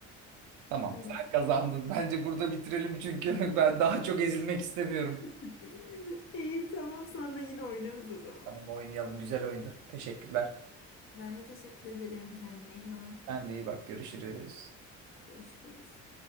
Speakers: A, on the right; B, on the left.
A: Tamam
B: Öyle.
A: sen kazandın. Bence burada bitirelim çünkü <laughs> ben daha çok ezilmek istemiyorum.
B: <laughs> İyi tamam sonra yine oynarız o zaman.
A: Tamam oynayalım. Güzel oyundu. Teşekkürler.
B: Ben de teşekkür ederim. Kendine iyi bak.
A: Sen de iyi bak görüşürüz.
B: Görüşürüz.